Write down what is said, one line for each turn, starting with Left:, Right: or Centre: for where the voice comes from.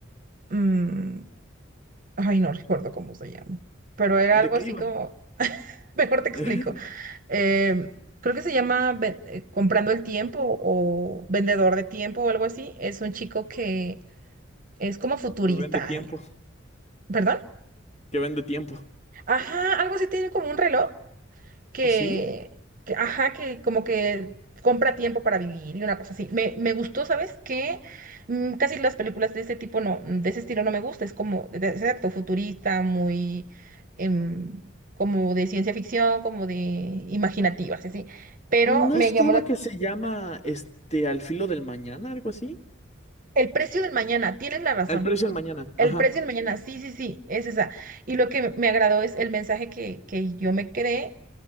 Right: mm, ay, no recuerdo cómo se llama, pero era
Left: ¿De
Right: algo
Left: qué
Right: así
Left: iba?
Right: como... <laughs> Mejor te explico.
Left: <laughs>
Right: Eh, creo que se llama Ven- eh, Comprando el Tiempo o Vendedor de Tiempo o algo así. Es un chico que es como futurista.
Left: Que vende tiempo.
Right: ¿Perdón?
Left: Que vende tiempo.
Right: Ajá, algo así tiene como un reloj. que,
Left: ¿Así?
Right: que, ajá, que como que compra tiempo para vivir y una cosa así. Me, me gustó, ¿sabes? Que mm, casi las películas de ese tipo no, de ese estilo no me gusta. Es como, de- de- exacto, futurista, muy em, como de ciencia ficción, como de imaginativas, así. Pero
Left: ¿No
Right: me
Left: es
Right: llamó
Left: una
Right: la...
Left: que se llama este Al filo del mañana, algo así?
Right: El precio del mañana, tienes la razón.
Left: El precio del mañana,
Right: El
Left: ajá.
Right: precio del mañana, sí, sí, sí, es esa. Y lo que me agradó es el mensaje que, que yo me quedé